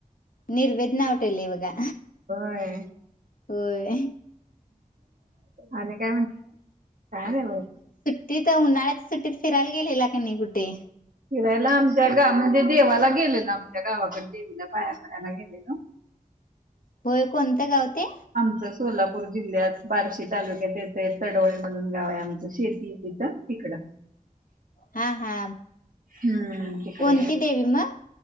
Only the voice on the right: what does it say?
होय
आणि काय म्हण छान आहे.
फिरायला आमच्या गाव म्हणजे देवाला गेल ना आमच्या गावाकडे देवीला पाया पडायला गेलेलो
आमचं सोलापूर जिल्ह्यात बार्शी तालुक्यात येत तडोळी म्हणून गाव आहे आमचं शेती तिथं तिकडं
हम्म तिकडं
गेलो.